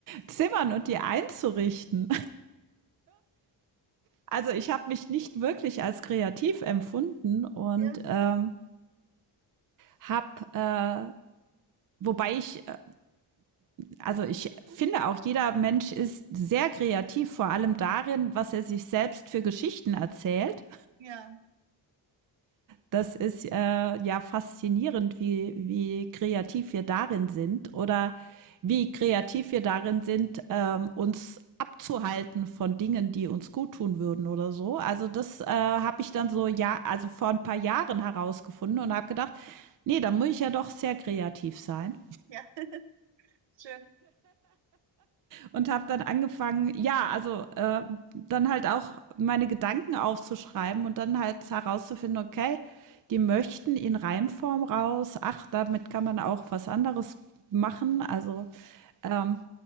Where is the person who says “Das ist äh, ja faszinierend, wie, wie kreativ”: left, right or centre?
Right